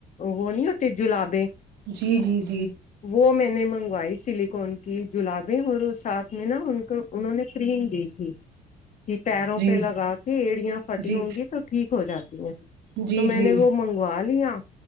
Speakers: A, on the left (about 45°); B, on the right (about 85°).
A: وہ ن جلاب
B: جی جی ج
A: وہ میں نے منگ سلیکون کی جلابیں اور ساتھ میں نا ان کو انہوں نے کریم دی تھی کہ پیروں پہ لگا
B: جی
A: کے ایڑیا فٹی
B: جی
A: ہوں گی تو ٹھیک ہو جاتی ہیں
B: جی
A: تو
B: جی
A: میں نے وہ منگوا لیا